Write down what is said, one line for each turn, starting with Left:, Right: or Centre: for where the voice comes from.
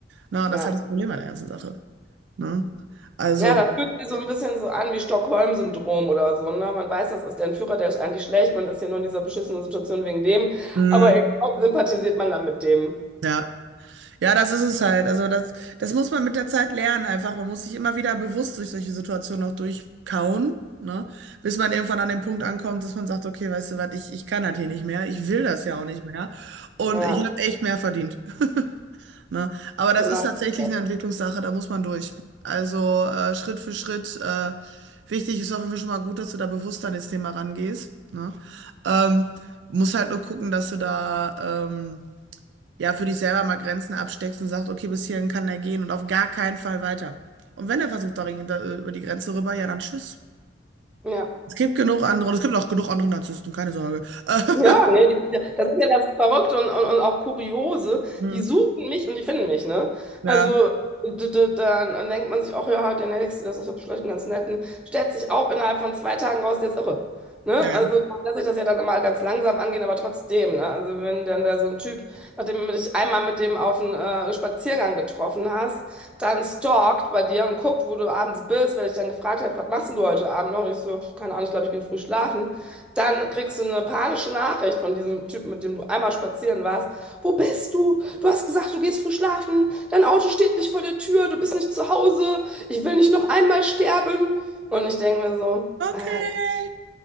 Right: Na, und
Centre: Ja.
Right: das ist halt das Problem an der ganzen Sache. Ne? Also,
Centre: Ja, das fühlt sich so ein bisschen so an wie Stockholm-Syndrom oder so, ne? Man weiß, das ist der Entführer, der ist eigentlich schlecht, man ist hier nur in dieser beschissenen Situation wegen dem,
Right: mh,
Centre: aber irgendwie sympathisiert man dann mit dem.
Right: ja. Ja, das ist es halt. Also das, das muss man mit der Zeit lernen einfach. Man muss sich immer wieder bewusst durch solche Situationen auch durchkauen, ne? Bis man irgendwann an den Punkt ankommt, dass man sagt, okay, weißt du was, ich, ich kann das hier nicht mehr, ich will das ja auch nicht mehr und
Centre: Ja,
Right: ich habe echt mehr verdient, ne? Aber das
Centre: genau.
Right: ist tatsächlich
Centre: das ist das.
Right: eine Entwicklungssache, da muss man durch. Also äh, Schritt für Schritt. Äh, wichtig ist auf jeden Fall schon mal gut, dass du da bewusst an das Thema rangehst, ne? Ähm, musst halt nur gucken, dass du da... Ähm, ja, für dich selber mal Grenzen absteckst und sagst, okay, bis hierhin kann er gehen und auf gar keinen Fall weiter. Und wenn er versucht, da, ring- da äh, über die Grenze rüber, ja, dann tschüss.
Centre: Ja.
Right: Es gibt genug andere und es gibt auch genug andere Narzissten, keine Sorge. <laughs>
Centre: Ja, ne, die, das ist ja das Verrückte und, und, und auch Kuriose.
Right: Hm.
Centre: Die suchen mich und die finden mich, ne?
Right: Ja,
Centre: Also d- d- dann dann denkt man sich auch, ja, der Nächste, das ist doch vielleicht ein ganz netten, stellt sich auch innerhalb von zwei Tagen raus, der ist irre. Ne?
Right: ja, ja.
Centre: Also da lässt sich das ja dann immer ganz langsam angehen, aber trotzdem, ne? Also wenn dann da so ein Typ, nachdem du dich einmal mit dem auf einen äh, Spaziergang getroffen hast, dann stalkt bei dir und guckt, wo du abends bist, weil ich dann gefragt hat, was machst denn du heute Abend noch? Und ich so, keine Ahnung, ich glaube, ich gehe früh schlafen. Dann kriegst du eine panische Nachricht von diesem Typen, mit dem du einmal spazieren warst. Wo bist du? Du hast gesagt, du gehst früh schlafen. Dein Auto steht nicht vor der Tür. Du bist nicht zu Hause. Ich will nicht noch einmal sterben. Und ich denke mir so,
Right: Okay.
Centre: Alter.